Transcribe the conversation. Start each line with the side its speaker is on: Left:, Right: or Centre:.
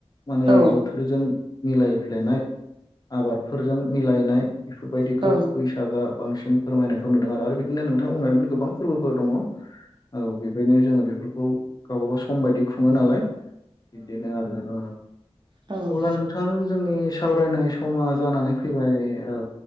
Left: माने
Right: औ
Left: बोथोरजों मिलायफ्लेयनाय आबाद। फोरजों मिलायनाय बेफोरबायदिखौ
Right: औ
Left: बैसागो बांसिन फोरमायनायखौ नुदों आरो बिदिनो नोंथां बुंनायनो गोबां फोरबोफोर दङ औ बेबायनो जोङो बेफोरखौ गावबाागाव सम बायदि खुङो नालाय। बिदिनो आरो
Right: औ
Left: अब्ला नोंथां जोंनि सावरायनाय समा आ जानानै फैबाय औ